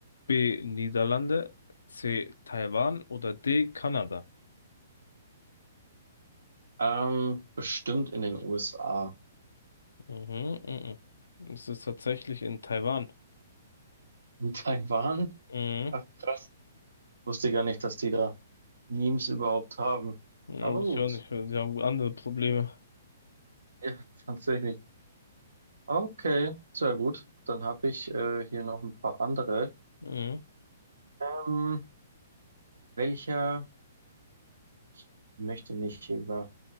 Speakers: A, on the left (about 85°); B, on the right (about 85°).
A: B. Niederlande, C. Taiwan oder D. Kanada?
B: Ähm, bestimmt in den USA.
A: Mhm, mhm. Es ist tatsächlich in Taiwan.
B: In <laughs> Taiwan?
A: Mhm.
B: Ach krass. Wusste gar nicht, dass die da Memes überhaupt haben.
A: Ja,
B: Aber
A: muss
B: gut.
A: ich auch nicht. Sie haben andere Probleme.
B: Ja, <laughs> tatsächlich. Okay, sehr gut. Dann habe ich äh, hier noch ein paar andere.
A: Mhm,
B: Ähm, welcher? Ich möchte nicht über